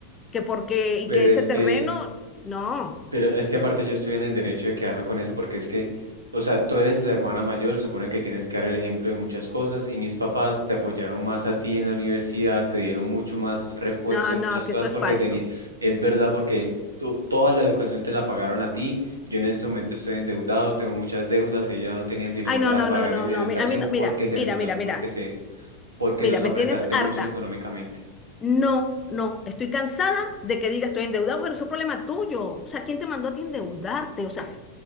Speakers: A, on the left; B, on the right.
A: que porque, y
B: Pero
A: que ese
B: es
A: terreno,
B: que,
A: no,
B: Pero es que aparte yo estoy en el derecho de quedarme con eso porque es que, o sea, tú eres la hermana mayor, supone que tienes que dar el ejemplo de muchas cosas y mis papás te apoyaron más a ti en la universidad, te dieron mucho más refuerzo
A: no,
B: de
A: no,
B: muchas
A: que
B: cosas
A: eso es
B: porque
A: falso.
B: tenía, es verdad porque tú- toda la educación te la pagaron a ti, yo en este momento estoy endeudado, tengo muchas deudas, ellos ya no tenían dinero
A: Ay, no,
B: para
A: no,
B: pagarme
A: no, no,
B: mi
A: no,
B: educación
A: a mí, a mí no, mira,
B: porque se
A: mira,
B: endeudaron,
A: mira, mira,
B: porque se, porque
A: mira,
B: los
A: me
B: apretaste
A: tienes harta.
B: mucho económicamente.
A: No, no, estoy cansada de que digas estoy endeudada. Bueno, eso es problema tuyo. O sea, ¿quién te mandó a ti endeudarte? O sea,